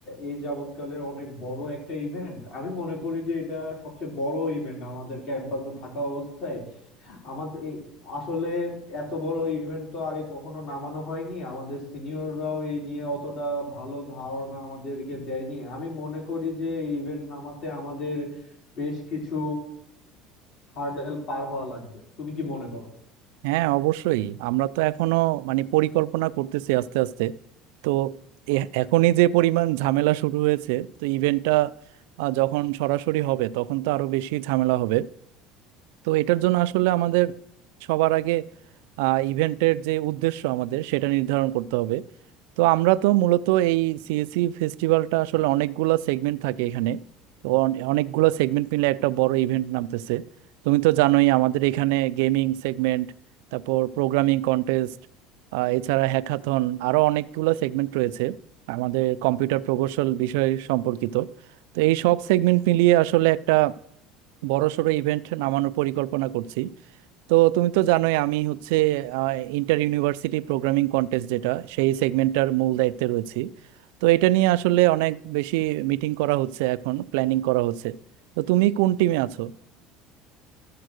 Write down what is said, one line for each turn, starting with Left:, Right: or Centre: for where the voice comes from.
Left: এই যাবৎকালের অনেক বড় একটা ইভেন্ট আমি মনে করি যে এটা সবচেয়ে বড় ইভেন্ট আমাদের ক্যাম্পাসে থাকা অবস্থায় আমাদের এই- আসলে এত বড় ইভেন্ট তো আগে কখনো নামানো হয়নি আমাদের সিনিয়ররাও এই নিয়ে অতটা ভালো ধারণা আমাদেরকে দেয়নি আমি মনে করি যে এই ইভেন্ট নামাতে আমাদের বেশ কিছু হার্ডেল পার হওয়া লাগবে তুমি কি মনে করো
Right: হ্যাঁ অবশ্যই আমরা তো এখনো মানে পরিকল্পনা করতেছি আস্তে আস্তে তো এ- এখনই যে পরিমাণ ঝামেলা শুরু হয়েছে তো ইভেন্টটা যখন সরাসরি হবে তখন তো আরো বেশি ঝামেলা হবে তো এটার জন্য আসলে আমাদের সবার আগে ইভেন্টের যে উদ্দেশ্য আমাদের সেটা নির্ধারণ করতে হবে তো আমরা তো মূলত এই সিএসি ফেস্টিভ্যালটা আসলে অনেকগুলা সেগমেন্ট থাকে এখানে তো অনেকগুলো সেগমেন্ট মিলে একটা বড় ইভেন্ট নামতেছে তুমি তো জানোই আমাদের এখানে গেমিং সেগমেন্ট তারপর প্রোগ্রামিং কন্টেস্ট এছাড়া হ্যাকাথন আরো অনেকগুলো সেগমেন্ট রয়েছে আমাদের কম্পিউটার প্রকৌশল বিষয় সম্পর্কিত তো এই সব সেগমেন্ট মিলিয়ে আসলে একটা বড়সড় ইভেন্ট নামানোর পরিকল্পনা করছি তো তুমি তো জানোই আমি হচ্ছে ইন্টার ইউনিভার্সিটি প্রোগ্রামিং কন্টেস্ট যেটা সেই সেগমেন্টটার মূল দায়িত্বে রয়েছি তো এটা নিয়ে আসলে অনেক বেশি মিটিং করা হচ্ছে এখন প্ল্যানিং করা হচ্ছে তো তুমি কোন টিমে আছো